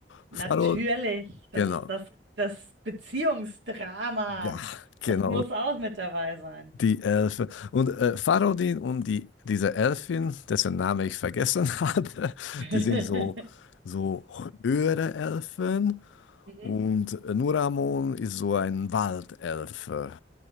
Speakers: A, on the left; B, on the right.
A: Oh,
B: Natürlich,
A: Farod,
B: das,
A: genau,
B: das, das Beziehungsdrama,
A: ja, genau,
B: das muss auch mit dabei sein.
A: die Elfe. Und äh, Farodin und die, diese Elfin, dessen Name ich vergessen <laughs> hatte,
B: <laughs>
A: die sind so, so höhere Elfen.
B: Mhm.
A: Und äh, Nuramon ist so ein Waldelfe.